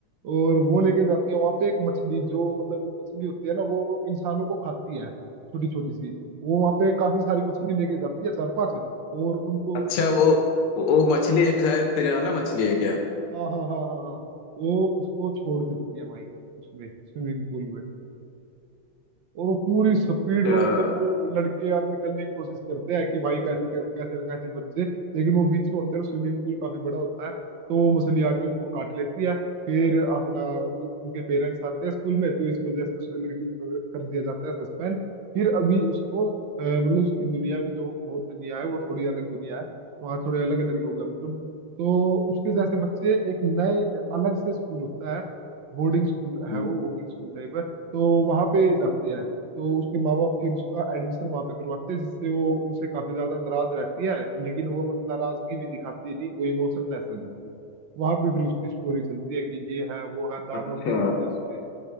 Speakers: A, on the right; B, on the left.
A: और वो लेके जाती है वहां पे एक मछली जो मतलब वो मछली होती है ना वो इंसानों को खाती है छोटी छोटी सी वो वहां पे काफी सारी मछली लेके जाती है चार पांच और उनको
B: अच्छा
A: उस
B: वो वो मछली शायद पिराना मछली है क्या
A: हाँ हाँ हाँ हाँ हाँ वो उसको छोड़ देती है भाई उसमें स्विमिंग पूल में और वो पूरी स्पीड
B: अच्छा
A: में मतलब वो लड़के यार निकलने की कोशिश करते हैं कि भाई कैसे कैसे ना कैसे बच जाए लेकिन वो बीच में होते हैं स्विमिंग पूल काफी बड़ा होता है तो वो मछली आके उनको काट लेती है फिर अपना उ- उनके पेरेंट्स आते हैं स्कूल में तो इस वजह से उस लड़की को कर कर दिया जाता है सस्पेंड फिर अभी उसको अ, मतलब उसकी दुनिया में जो वो दुनिया है वो थोड़ी अलग दुनिया है वहाँ थोड़े अलग अलग लोग हैं मतलब तो उसके जैसे बच्चे एक नए अलग से स्कूल होता है बोर्डिंग स्कूल है
B: हम्म,
A: वो बोर्डिंग स्कूल टाइप है तो वहां पे जाते हैं तो उसके माँ बाप फिर उसका एडमिशन वहां पे करवाते हैं जिससे वो उनसे काफी ज्यादा नाराज रहती है लेकिन वो मतलब नाराजगी भी दिखाती नहीं वो इमोशनलेस है बिल्कुल वहां पे फिर उसकी स्टोरी चलती है कि ये है वो है दानव
B: अच्छा
A: भी आते हैं उसमें